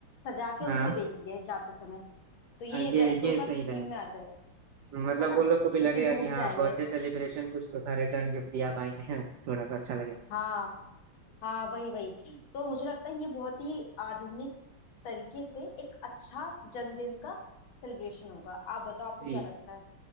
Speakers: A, on the left; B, on the right.
A: सजा के
B: हाँ
A: उनको देंगे जाते समय तो ये
B: हाँ, ये
A: रेट्रो
B: ये सही
A: का थीम
B: रहेगा
A: में आ जाएगा
B: मतलब
A: है ना
B: वो लोग को भी लगेगा
A: कितनी दूर
B: कि हाँ
A: से आएंगे
B: बर्थडे सेलिब्रेशन कुछ तो था रिटर्न गिफ्ट दिया भाई ने <laughs> थोड़ा सा अच्छा लगेगा
A: हाँ हाँ वही वही तो मुझे लगता है ये बहुत ही आधुनिक तरीके से एक अच्छा जन्मदिन का सेलिब्रेशन होगा आप बताओ आपको
B: जी
A: क्या लगता है